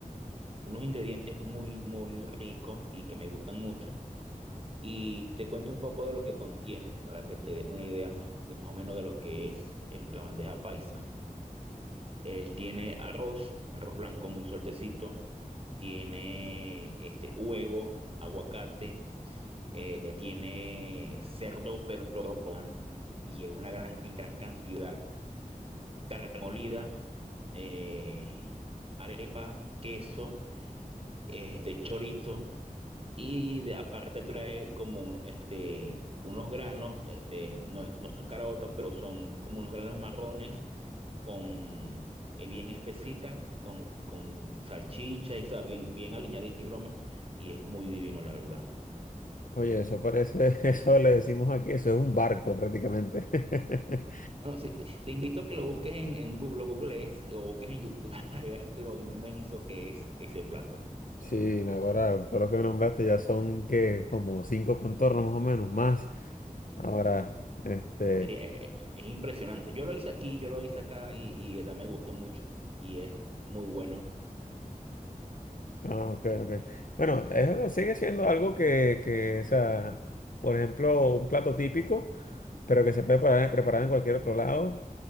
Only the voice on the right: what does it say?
unos ingredientes muy, muy ricos y que me gustan mucho. Y te cuento un poco de lo que contiene para que te des una idea más, de, más o menos de lo que es el- la bandeja paisa. Él tiene arroz, arroz blanco muy sueltecito, tiene este huevo, aguacate, eh, tiene cerdo, pero crocante, y es una gran, en gran cantidad, carne molida, eh, arepa, queso, este chorizo. y de- aparte trae como este, unos granos, este, no, es- no son caraotas, pero son como unos granos marrones con eh, bien espesitas, con, con salchicha y sabe, bien, bien aliñadita y broma, y es muy divino, la verdad.
Bueno, sí, te, te invito a que lo busques en, en Google, lo googlees eh, o busques en YouTube <laughs> para que veas lo inmenso que es ese plato.
Es, es impresionante. Yo lo hice aquí, yo lo hice acá y, y de verdad me gustó mucho y es muy bueno.